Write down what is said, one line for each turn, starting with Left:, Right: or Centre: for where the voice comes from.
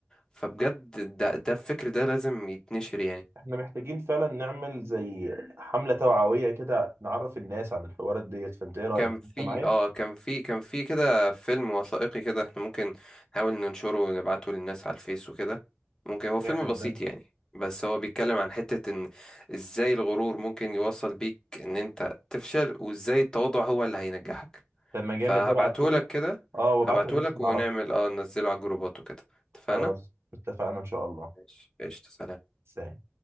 Left: فبجد ده, ده الفكر ده لازم يتنشر يعني
Right: احنا محتاجين فعلا نعمل زي حمله توعويه كده نعرف الناس عن الحوارات ديت فانت ايه رايك
Left: كان في
Right: انت معايا
Left: اه كان في كان في كده فيلم وثائقي كده احنا ممكن نحاول ننشره ونبعته للناس على الفيس وكده ممكن هو فيلم
Right: جامد
Left: بسيط
Right: ده
Left: يعني بس هو بيتكلم عن حتة ان ازاي الغرور ممكن يوصل بيك ان انت تفشل وازاي التواضع هو اللي هينجحك
Right: لما جامد
Left: فهبعتهولك
Right: ده ابعتهولي
Left: كده
Right: اه وابعته
Left: هبعتهولك
Right: للناس اللي
Left: ونعمل
Right: اعرفها
Left: اه ننزله على الجروبات وكده اتفقنا؟
Right: خلاص اتفقنا ان شاء الله
Left: ماشي قشطة سلام
Right: سلام